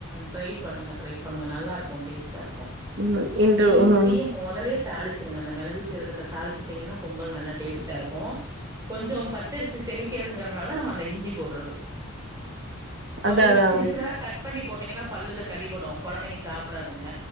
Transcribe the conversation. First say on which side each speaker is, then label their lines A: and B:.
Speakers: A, on the right (about 15°); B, on the right (about 55°).
A: ட்ரைப் பண்ணுங்க ட்ரைப் பண்ணுங்க நல்லா இருக்கு டேஸ்டா இருக்கு
B: ம் இன்று
A: நெய்யி ஊத்தியேமு
B: ம்
A: மொதலியேத் தாளிச்சிருங்க அந்த மெளகு சீரகத்த தாளிச்சுட்டீங்கனா பொங்கல் நல்லா டேஸ்ட்டா இருக்கு கொஞ்சம் பச்சரிசி செமிக் க்காதுங்கிறனாலாதா நம்ம அந்த இஞ்சி போட்றது கொஞ்சோ
B: அதா அதாங்க
A: சின்ன சின்னதாக் கட் ட் பண்ணி போட்டீங்கனா பல்லுல கடிபடு கொழந்தைங்க சாப்டாதுங்க